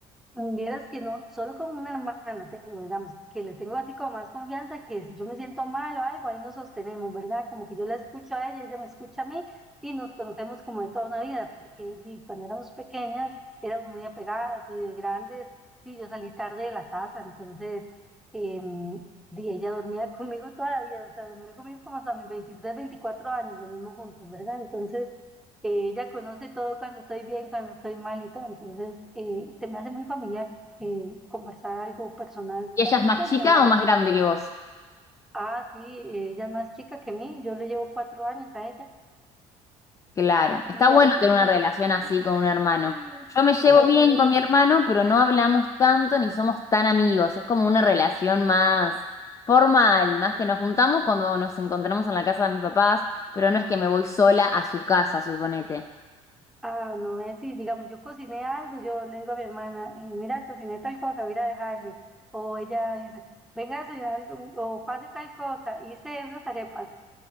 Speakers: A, in the centre; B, on the left.
A: Mm, Vieras que no, solo con un hermano tengo, digamos, que le tengo así como más confianza, que si yo me siento mal o algo, ahí nos sostenemos, ¿verdad? Como que yo la escucho a ella, ella me escucha a mí y nos conocemos como de toda una vida, porque di, cuando éramos pequeñas éramos muy apegadas y de grandes, y yo salí tarde de la casa, entonces, em, di, ella dormía <laughs> conmigo toda la vida, o sea, dormía conmigo como hasta mis 23 24 años, dormimos juntas, ¿verdad? Entonces... Eh, ella conoce todo cuando estoy bien, cuando estoy mal y todo. Entonces, eh, se me hace muy familiar eh, conversar algo personal
B: ¿Y
A: con
B: ella es
A: ella.
B: más
A: Sin
B: chica
A: embargo,
B: o más grande que vos?
A: ah, sí, eh, ella es más chica que mí. Yo le llevo cuatro años a ella.
B: Claro, está
A: Y
B: bueno
A: ah,
B: tener
A: no,
B: una relación así con un hermano.
A: sí,
B: Yo me llevo
A: sí, es
B: bien
A: muy lindo.
B: con mi hermano, pero no hablamos tanto ni somos tan amigos. Es como una relación más formal, más que nos juntamos cuando nos encontramos en la casa de mis papás, pero no es que me voy sola a su casa, suponete.
A: Ah, no es así. Digamos, yo cociné algo, yo le digo a mi hermana, eh, mira, cociné tal cosa, voy a ir a dejarle. O ella dice, venga a desayunar el domingo, o pase tal cosa, hice unas arepas.